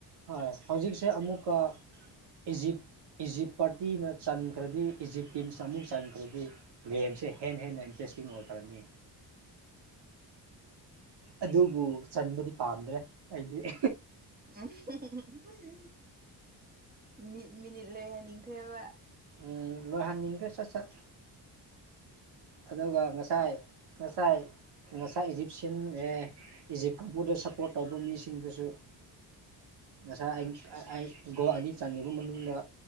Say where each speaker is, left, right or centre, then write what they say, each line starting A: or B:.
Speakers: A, on the right; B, on the right.
A: ꯍꯣꯏ ꯍꯧꯖꯤꯛꯁꯦ ꯑꯃꯨꯛꯀ ꯏꯖꯤꯞ ꯏꯖꯤꯞ ꯄꯥꯔꯇꯤꯅ ꯆꯟꯈ꯭ꯔꯗꯤ ꯏꯖꯤꯞꯇꯟꯁ ꯑꯃꯨꯛ ꯆꯟꯈ꯭ꯔꯗꯤ ꯒꯦꯝꯁꯦ ꯍꯦꯟꯅ ꯍꯦꯟꯅ ꯏꯟꯇꯔꯦꯁ ꯇꯤꯡ ꯑꯣꯏꯈ꯭ꯔꯅꯤ ꯑꯗꯨꯕꯨ ꯆꯟꯕꯗꯤ ꯄꯥꯝꯗ꯭ꯔꯦ ꯑꯩꯗꯤ ꯑꯍꯤ
B: ꯑꯥꯍꯤꯍꯤꯍꯤ ꯎꯝ ꯃꯤꯠ ꯃꯤꯅꯤꯠ ꯂꯣꯏ ꯍꯟꯅꯤꯡꯈ꯭ꯔꯦꯕ
A: ꯎꯝ ꯂꯣꯏꯍꯟꯅꯤꯡꯗ꯭ꯔꯦ ꯁꯠ ꯁꯠ ꯑꯗꯨꯒ ꯉꯁꯥꯏ ꯉꯁꯥꯏ ꯉꯁꯥꯏ ꯏꯖꯤꯞꯁꯤꯌꯥꯟ ꯑꯦ ꯏꯖꯤꯞ ꯀꯥꯡꯕꯨꯗ ꯁꯞꯄꯣꯔꯠ ꯇꯧꯕ ꯃꯤꯁꯤꯡꯗꯨꯁꯨ ꯉꯁꯥꯏ ꯑꯩ ꯒꯣꯜ ꯑꯅꯤ ꯆꯟꯈꯤꯕ ꯃꯅꯨꯡꯗ